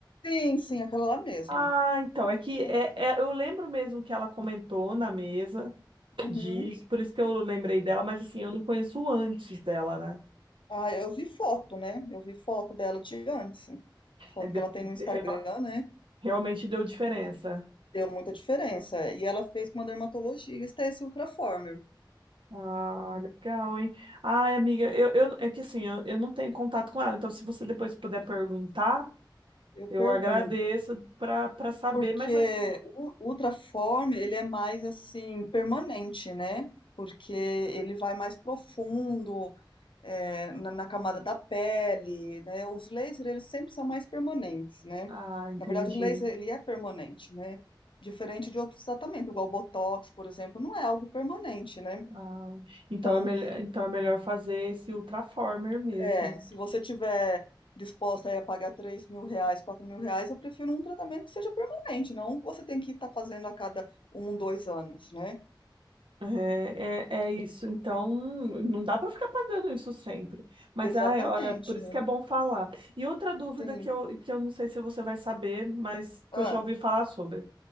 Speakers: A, on the left (about 80°); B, on the right (about 80°).
A: Sim, sim, aquela lá mesmo.
B: Ah, então, é que
A: aquela
B: é,
A: mesmo.
B: é- eu lembro mesmo que ela comentou na mesa.
A: Uhum.
B: diz, por isso que eu lembrei dela, mas assim, eu não conheço o antes dela, né?
A: Ah, eu vi foto, né? Eu vi foto dela de antes. Foto
B: É, deu-
A: que ela tem no Instagram,
B: real-
A: né?
B: realmente deu diferença.
A: Deu muita diferença. E ela fez com uma dermatologista esse Ultraformer.
B: Ah,
A: Hum.
B: legal, hein? Ai, amiga, eu, eu, é que assim, eu, eu não tenho contato com ela, então se você depois puder perguntar,
A: Eu
B: eu
A: pergunto,
B: agradeço para para saber,
A: porque
B: mas assim,
A: o Ultraformer, ele é mais assim, permanente, né? Porque ele vai mais profundo, é, na, na camada da pele, né? Os lasers, eles sempre são mais permanentes, né?
B: ah, entendi.
A: Na verdade, o laser, ele é permanente, né? Diferente de outros tratamentos, igual o Botox, por exemplo, não é algo permanente, né?
B: Ah, então
A: Então,
B: é melhor, então é melhor fazer esse Ultraformer mesmo.
A: É, se você tiver disposta aí a pagar três mil reais, quatro mil reais, eu prefiro um tratamento que seja permanente, não um que você tem que estar fazendo a cada um, dois anos, né?
B: É, é, é isso. Então, não dá para ficar pagando isso sempre. Mas,
A: Exatamente,
B: ai, olha, por isso
A: né?
B: que é bom falar. E outra dúvida
A: Sim.
B: que eu, que eu não sei se você vai saber, mas que
A: Ah,
B: eu já ouvi falar sobre.